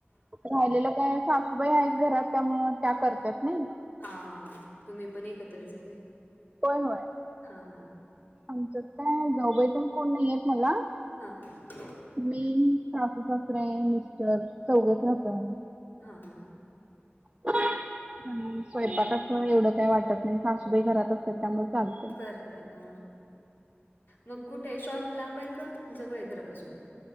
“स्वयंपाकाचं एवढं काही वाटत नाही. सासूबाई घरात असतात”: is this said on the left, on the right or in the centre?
Right